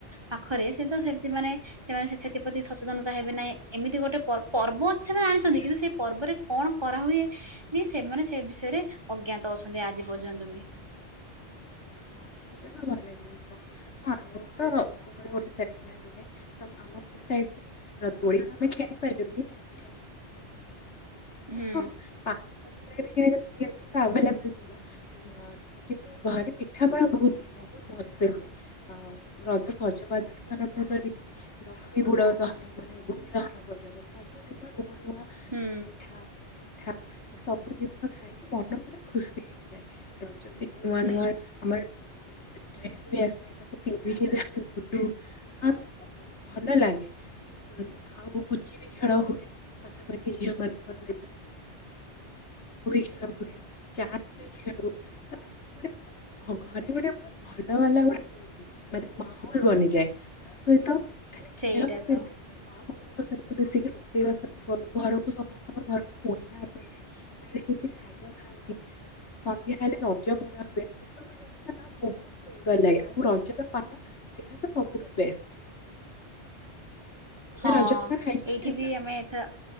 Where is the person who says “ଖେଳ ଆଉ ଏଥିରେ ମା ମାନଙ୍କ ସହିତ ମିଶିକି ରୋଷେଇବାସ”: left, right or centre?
Left